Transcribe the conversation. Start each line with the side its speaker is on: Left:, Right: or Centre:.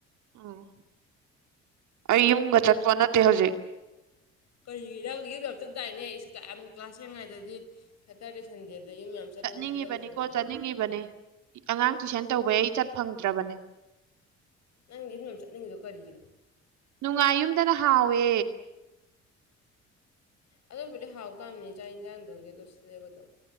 Right: ꯎꯝ ꯑꯩ ꯌꯨꯝꯒ ꯆꯠꯄ ꯅꯠꯇꯦ ꯍꯧꯖꯤꯛ
Left: ꯀꯔꯤꯔ ꯌꯨꯝꯗꯝꯇ ꯗꯥꯏꯅꯦ ꯌꯥꯝ ꯀ꯭ꯂꯥꯁ ꯌꯦꯡꯉꯩꯗꯗꯤ ꯁꯇꯔꯗꯦ ꯁꯟꯗꯦꯗ ꯌꯨꯝ ꯌꯥꯝ ꯆꯠꯂ
Right: ꯆꯠꯅꯤꯡꯉꯤꯕꯅꯤꯀꯣ
Left: ꯍꯧꯖꯤꯛ ꯆꯠꯇ꯭ꯔꯤꯅ ꯀꯩꯒꯤ
Right: ꯆꯠꯅꯤꯡꯉꯤꯕꯅꯦ ꯑꯉꯥꯡ ꯇꯨꯏꯁꯟ ꯇꯧꯕꯩ ꯑꯩ ꯆꯠ ꯐꯪꯗ꯭ꯔꯕꯅꯦ
Left: ꯅꯪꯗꯤ ꯃꯌꯥꯝ ꯆꯠꯅꯤꯡꯉꯤꯗꯣ ꯀꯔꯤꯒꯤꯅꯣ
Right: ꯅꯨꯡꯉꯥꯏ ꯌꯨꯝꯗꯅ ꯍꯥꯎꯋꯦ
Left: ꯑꯗꯨꯕꯨꯗꯤ ꯍꯥꯎ ꯇꯕꯅꯤ ꯆꯥꯛ ꯌꯦꯟꯖꯥꯡꯗꯨꯒꯤꯗꯤ ꯑꯗꯨ ꯁꯤꯜꯂꯦꯕ ꯑꯗꯨꯣ